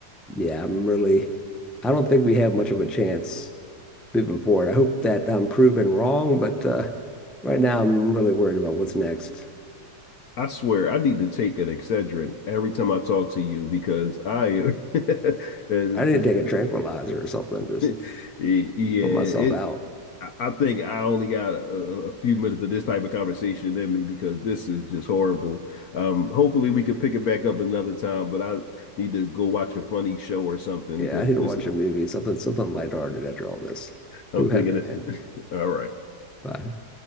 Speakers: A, in the centre; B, on the left.
A: Yeah, I'm really, I don't think we have much of a chance. moving forward. I hope that I'm proven wrong, but uh, right now I'm really worried about what's next.
B: I swear I need to take an Excedrin every time I talk to you because I <laughs> this,
A: I need to take a tranquilizer or something, just
B: <laughs> yeah
A: put
B: it
A: myself out.
B: I I think I only got a, a few minutes of this type of conversation in me because this is just horrible. Um, hopefully we can pick it back up another time, but I need to go watch a funny show or something
A: Yeah,
B: because
A: I need to
B: this
A: watch
B: is,
A: a movie, something something lighthearted after all this.
B: I'm
A: Too heavy,
B: thinking this
A: man.
B: is <laughs> all right.
A: Bye.